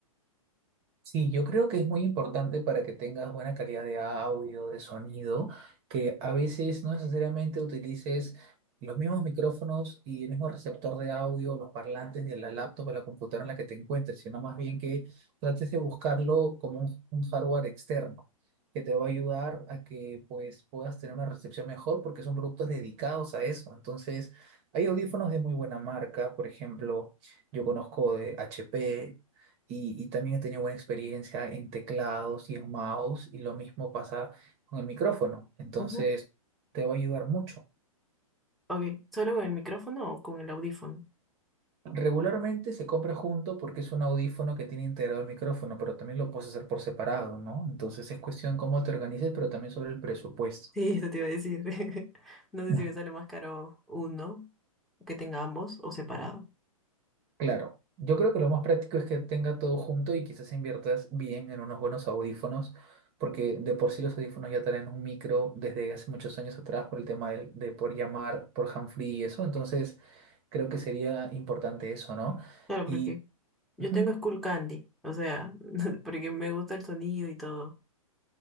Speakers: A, on the right; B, in the centre.
A: Sí, yo creo que es muy importante para que tengas buena calidad de audio, de sonido, que a veces no necesariamente utilices los mismos micrófonos y el mismo receptor de audio, los parlantes de la laptop o la computadora en la que te encuentres, sino más bien que trates de buscarlo como un, un hardware externo que te va a ayudar a que pues puedas tener una recepción mejor porque son productos dedicados a eso. Entonces, hay audífonos de muy buena marca, por ejemplo, yo conozco de HP y, y también he tenido buena experiencia en teclados y en mouse y lo mismo pasa con el micrófono. Entonces,
B: Ujú.
A: te va a ayudar mucho.
B: Ok, ¿solo con el micrófono o con el audífono?
A: Regularmente se compra junto porque es un audífono que tiene integrado el micrófono, pero también lo puedes hacer por separado, ¿no? Entonces es cuestión cómo te organices, pero también sobre el presupuesto.
B: Sí, eso te iba a decir. <laughs> No sé
A: <laughs>
B: si me sale más caro uno, que tenga ambos o separado.
A: Claro, yo creo que lo más práctico es que tenga todo junto y quizás inviertas bien en unos buenos audífonos, porque de por sí los audífonos ya traen un micro desde hace muchos años atrás por el tema de de, por llamar por handfree y eso, entonces creo que sería importante eso, ¿no?
B: Claro,
A: Y
B: porque yo
A: ujú,
B: tengo Skull Candy, o sea, <laughs> porque me gusta el sonido y todo,